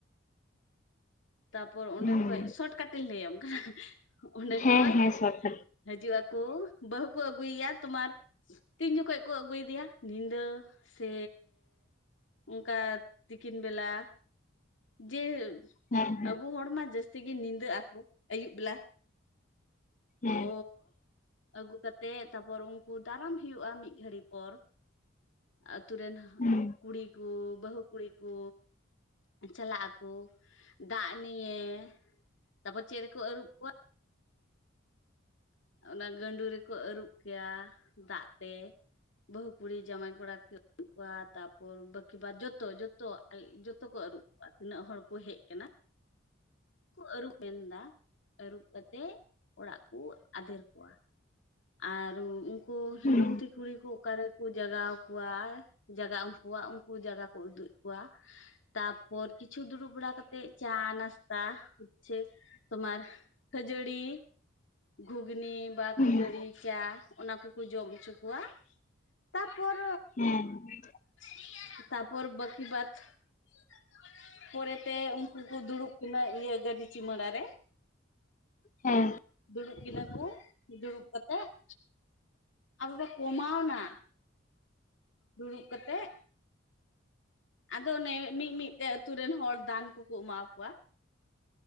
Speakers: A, on the left; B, on the left.
A: ᱛᱟᱨᱯᱚᱨ ᱚᱸᱰᱮ
B: ᱦᱩᱸ
A: ᱠᱷᱚᱡ, ᱥᱚᱨᱴ ᱠᱟᱴᱤᱧ ᱞᱟᱹᱭᱟᱢ ᱠᱟᱱᱟ ᱚᱸᱰᱮ
B: ᱦᱮᱸ
A: ᱠᱷᱚᱡ
B: ᱦᱮᱸ ᱥᱚᱴ ᱠᱟᱴ
A: ᱦᱤᱡᱩᱜ ᱟᱠᱚ ᱵᱟᱹᱦᱩ ᱠᱚ ᱟᱹᱜᱩᱭᱮᱭᱟ ᱛᱳᱢᱟᱨ ᱛᱤᱱ ᱡᱚᱠᱷᱚᱡ ᱠᱚ ᱟᱹᱜᱩᱭᱮᱫᱤᱭᱟ, ᱧᱤᱫᱟᱹ ᱥᱮ ᱚᱱᱠᱟ ᱛᱤᱠᱤᱱ ᱵᱮᱞᱟ ᱡᱮᱞ
B: ᱦᱮᱸ ᱦᱮᱸ
A: ᱟᱵᱚ ᱦᱚᱲᱢᱟ ᱡᱟᱹᱥᱛᱤ ᱜᱮ ᱧᱤᱫᱟᱹᱜ ᱟᱠᱚ ᱟᱹᱭᱩᱵ ᱵᱮᱞᱟ
B: ᱦᱮᱸ
A: ᱛᱚ ᱟᱹᱜᱩ ᱠᱟᱛᱮᱜ ᱛᱟᱨᱯᱚᱨ ᱩᱱᱠᱩ ᱫᱟᱨᱟᱢ ᱦᱩᱭᱩᱜ-ᱟ ᱢᱤᱫ ᱜᱷᱟᱹᱲᱤ ᱯᱚᱨ ᱟᱹᱛᱩ ᱨᱮᱱ
B: ᱦᱩᱸ
A: ᱠᱩᱲᱤ ᱠᱚ ᱵᱟᱹᱦᱩ ᱠᱩᱲᱤ ᱠᱚ ᱪᱟᱞᱟᱜ ᱟᱠᱚ ᱫᱟᱜ ᱱᱤᱭᱮ ᱛᱟᱯᱚᱨ ᱪᱮᱫ ᱨᱮᱠᱚ ᱟᱹᱨᱩᱵ ᱠᱚᱣᱟ ᱚᱱᱟ ᱜᱟᱹᱰᱩ ᱨᱮᱠᱚ ᱟᱹᱨᱩᱵ ᱠᱮᱭᱟ ᱫᱟᱜ ᱛᱮ ᱵᱟᱹᱦᱩ ᱠᱩᱲᱤ ᱡᱟᱶᱟᱭ ᱠᱚᱲᱟ <unintelligible> ᱠᱚᱣᱟ ᱛᱟᱯᱚᱨ ᱵᱟᱠᱤ ᱵᱟᱫ ᱡᱚᱛᱚ ᱡᱚᱛ ᱛᱚ ᱡᱚᱛᱚ ᱠᱚ ᱟᱹᱨᱩᱵ ᱠᱚᱣᱟ ᱛᱤᱱᱟᱹᱜ ᱦᱚᱲ ᱠᱚ ᱦᱮᱡ ᱟᱠᱟᱱᱟ ᱠᱚ ᱟᱹᱨᱩᱵ ᱢᱮᱱᱫᱟ, ᱟᱹᱨᱩᱵ ᱠᱟᱛᱮᱫ ᱚᱲᱟᱜ ᱠᱚ ᱟᱫᱮᱨ ᱠᱚᱣᱟ ᱟᱨ ᱩᱱᱠᱩ
B: ᱦᱩᱸ
A: ᱞᱩᱝᱛᱤ ᱠᱩᱲᱤ ᱠᱚ ᱚᱠᱟᱨᱮᱠᱚ ᱡᱟᱜᱟᱣ ᱠᱚᱣᱟ ᱡᱟᱜᱟ ᱩᱱᱠᱩᱣᱟ ᱩᱱᱠᱩ ᱡᱟᱜᱟ ᱠᱚ ᱩᱫᱩᱜ ᱠᱚᱣᱟ ᱛᱟᱯᱚᱨ ᱠᱩᱪᱷᱩ ᱫᱩᱲᱩᱵ ᱵᱟᱲᱟ ᱠᱟᱛᱮᱜ ᱪᱟ ᱱᱟᱥᱛᱟ ᱤᱪᱪᱷᱟᱹ ᱛᱳᱢᱟᱨ ᱠᱷᱟᱹᱡᱟᱹᱲᱤ, ᱜᱷᱩᱜᱽᱱᱤ ᱵᱟ
B: ᱦᱩᱸ
A: ᱠᱷᱟᱹ
B: ᱦᱮᱸ
A: ᱪᱟ, ᱚᱱᱟ ᱠᱚᱠᱚ ᱡᱚᱢ ᱚᱪᱚ ᱠᱚᱣᱟ, ᱛᱟᱯᱚᱨ
B: ᱦᱮᱸ᱾
A: <inaudible> ᱛᱟᱯᱚᱨ ᱵᱟᱠᱤ ᱵᱟᱫ᱾ <inaudible> ᱯᱚᱨᱮᱛᱮ ᱩᱱᱠᱩ ᱠᱩ ᱫᱩᱲᱩᱵ ᱠᱤᱱᱟ ᱤᱭᱟᱹ ᱜᱟᱹᱰᱤ ᱪᱩᱢᱟᱹᱲᱟ ᱨᱮ,
B: ᱦᱮᱸ᱾
A: ᱫᱩᱲᱩᱵ ᱠᱤᱱᱟ ᱠᱚ ᱫᱩᱲᱩᱵ ᱠᱟᱛᱮᱜ ᱟᱫᱚ ᱯᱮ ᱠᱚᱢᱟᱣᱱᱟ, ᱫᱩᱲᱩᱵ ᱠᱟᱛᱮᱜ ᱟᱫᱚ ᱚᱱᱮ ᱢᱤᱫ ᱢᱤᱫᱴᱮᱡ ᱟᱛᱳ ᱨᱮᱱ ᱦᱚᱲ ᱫᱟᱱ ᱠᱚᱠᱚ ᱮᱢᱟ ᱠᱚᱣᱟ,